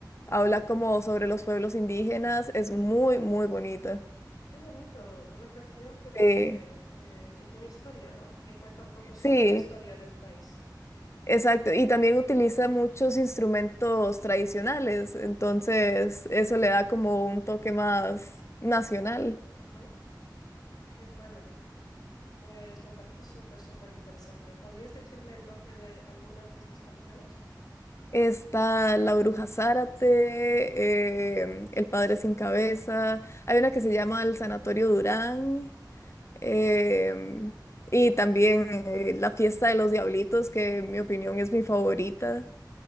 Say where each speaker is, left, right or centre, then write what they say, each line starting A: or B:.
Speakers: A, on the left; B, on the left.
A: habla como sobre los pueblos indígenas, es muy, muy bonita.
B: Qué bonito, una canción, pero
A: Sí,
B: que, que, que tiene historia, ¿no? Que cuenta un poco sobre
A: sí,
B: la historia de un país.
A: exacto. Y también utiliza muchos instrumentos tradicionales, entonces eso le da como un toque más nacional.
B: Ujú, Qué bueno. Pues me parece súper, súper interesante. ¿Podrías decirme el nombre de algunas de estas canciones?
A: Está La Bruja Zárate, em, El Padre Sin Cabeza. Hay una que se llama El Sanatorio Durán. em, y también eh, La Fiesta de los Diablitos, que en mi opinión es mi favorita.